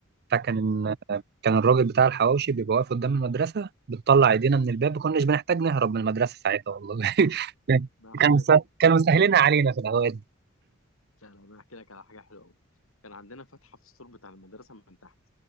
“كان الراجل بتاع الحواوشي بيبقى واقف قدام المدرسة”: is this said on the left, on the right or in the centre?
Right